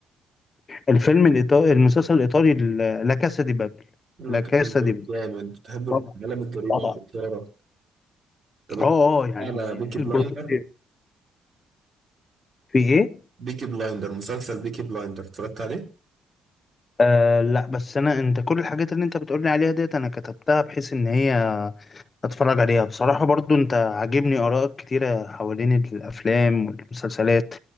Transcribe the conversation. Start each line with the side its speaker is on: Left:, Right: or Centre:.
Left: الفيلم الإيطالي المسلسل الإيطالي ال- لا كاسا دي بابل
Right: يقول
Left: لا
Right: لك
Left: كاسا
Right: أنا زويل
Left: دي بابل
Right: جامد بتحب
Left: طبعا
Right: عالم الجريمة
Left: طبعا
Right: والإثارة طب أنت
Left: اه اه يعني
Right: على بيكي بلايندر
Left: البروفيتير في ايه
Right: بيكي بلايندر مسلسل بيكي بلايندر اتفرجت عليه؟
Left: آه لا بس انا انت كل الحاجات اللي انت بتقولي عليها ديت انا كتبتها بحيث ان هي اتفرج عليها بصراحة برضو انت عاجبني ارائك كتيرة حوالين الافلام والمسلسلات